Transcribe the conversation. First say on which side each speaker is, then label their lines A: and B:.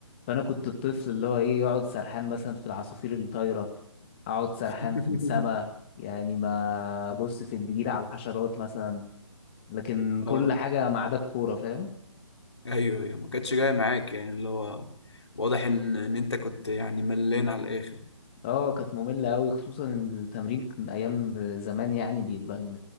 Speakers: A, on the left (about 20°); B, on the left (about 60°).
A: فأنا كنت الطفل اللي هو ايه يقعد سرحان مثلا في العصافير اللي طايرة أقعد سرحان
B: <laughs>
A: في السما يعني ما أبص في النجيلة على الحشرات مثلا لكن
B: اه
A: كل حاجة ما عدا الكورة فاهم
B: ايوه ايوه ما كانتش جايه معاك يعني اللي هو واضح ان ان انت كنت يعني ملان على الاخر
A: اه كانت مملة أوي خصوصا إن التمرين كان أيام زمان يعني بيبقى